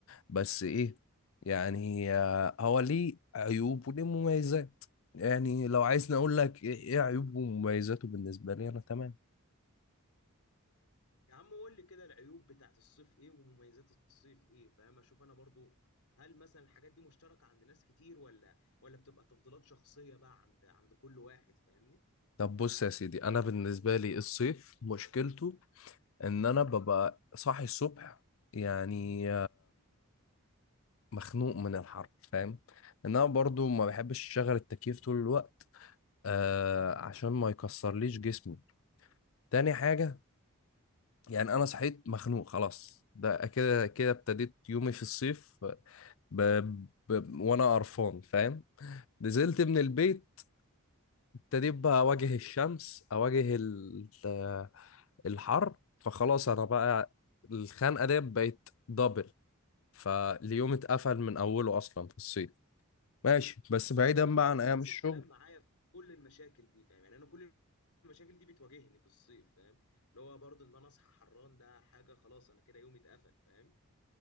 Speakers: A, on the left; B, on the left.
A: بس ايه يعني آه، هو ليه عيوب وليه مميزات يعني لو عايزني اقول لك ايه إيه عيوبه ومميزاته بالنسبة لي انا تمام
B: يا عم قول لي كده العيوب بتاعت الصيف ايه ومميزات الصيف ايه فاهم اشوف انا برضو هل مثلا الحاجات دي مشتركة عند ناس كتير ولا ولا بتبقى تفضيلات شخصية بقى عند عند كل واحد فاهمني
A: طب بص يا سيدي انا بالنسبة لي الصيف مشكلته ان انا ببقى صاحي الصبح يعني مخنوق من الحر فاهم انما برضو ما بحبش اشغل التكييف طول الوقت آه عشان ما يكسرليش جسمي تاني حاجة يعني انا صحيت مخنوق خلاص ده كده كده ابتديت يومي في الصيف ب... ب... وانا قرفان فاهم نزلت من البيت ابتديت بقى اواجه الشمس اواجه ال... آه، الحر فخلاص انا بقى الخنقة دي بقت دبل فاليوم اتقفل من اوله اصلا في الصيف ماشي بس بعيدا بقى
B: انا
A: عن ايام
B: نفس
A: الشغل
B: الكلام معايا في كل المشاكل دي فاهم يعني انا كل المشاكل دي بتواجهني في الصيف فاهم اللي هو برضو ان انا اصحى حران ده حاجة خلاص انا كده يومي اتقفل فاهم